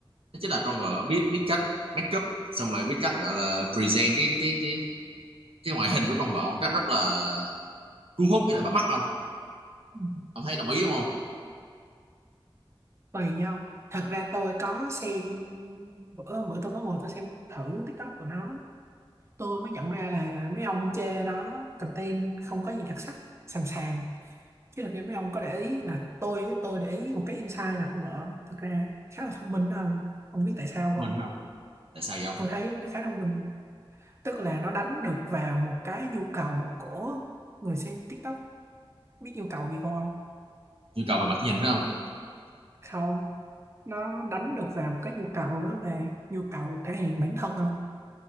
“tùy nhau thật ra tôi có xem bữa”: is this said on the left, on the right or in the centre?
Right